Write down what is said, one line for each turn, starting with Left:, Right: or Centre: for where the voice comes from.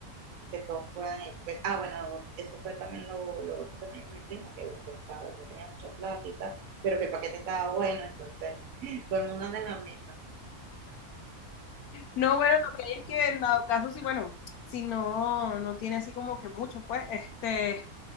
Right: y que todos fueran. porque- ah, bueno, eso fue también lo, lo otro que me dijo mi prima, que bueno, que no, estaba, no tenía mucha plata y tal, pero que el paquete estaba bueno, entonces todo el mundo anda en la misma.
Left: No, bueno, lo que hay es que en dado caso, si bueno, si no, no tiene así como que mucho, pues, este,